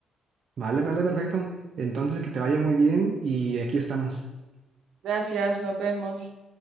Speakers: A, on the right; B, on the right.
A: Vale, vale, perfecto. Entonces, que te vaya muy bien y aquí estamos.
B: Gracias, nos vemos.